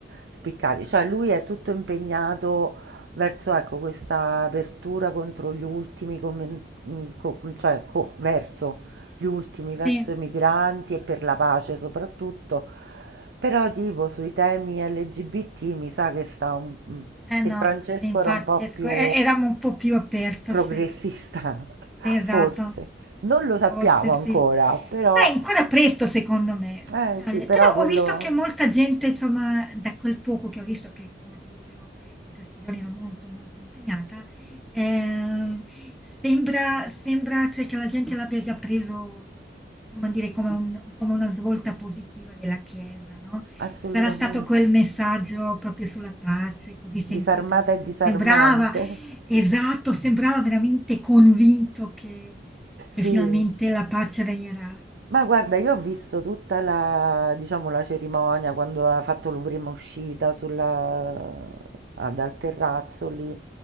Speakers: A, on the right; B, in the centre.
A: spiccati. Cioè lui è tutto impegnato verso, ecco, questa apertura contro gli ultimi, come mhmm, co mhmm, cioè co verso gli ultimi verso
B: Sì,
A: i migranti e per la pace soprattutto, però tipo sui temi LGBT mi sa che sta un- mm,
B: eh
A: che
B: no,
A: Francesco
B: sì, infatti
A: era un po'
B: è scu-
A: più
B: e- eravamo un po' più aperto,
A: progressista,
B: sì.
A: <laughs>
B: Sì, esatto,
A: forse. Non lo sappiamo
B: forse
A: ancora,
B: sì.
A: però
B: Ma è ancora presto secondo me.
A: eh
B: Cioè,
A: sì,
B: le-
A: però
B: però
A: quello
B: ho visto che molta gente, insomma, da quel poco che ho visto, che come ti dicevo in questi giorni ero molto molto impegnata, eh, sembra, sembra cioè, che la gente l'abbia già preso, insomma, dire come, un- come una svolta positiva della Chiesa, no?
A: assolutamente
B: Sarà stato quel messaggio proprio sulla pace, così sentito,
A: disarmata
B: perché
A: e
B: sem
A: disarmante.
B: sembrava esatto, sembrava veramente convinto che che
A: <laughs>
B: finalmente
A: Sì.
B: la pace regnerà.
A: Ma guarda, io ho visto tutta la, diciamo, la cerimonia quando ha fatto la prima uscita sulla- ah, dal terrazzo lì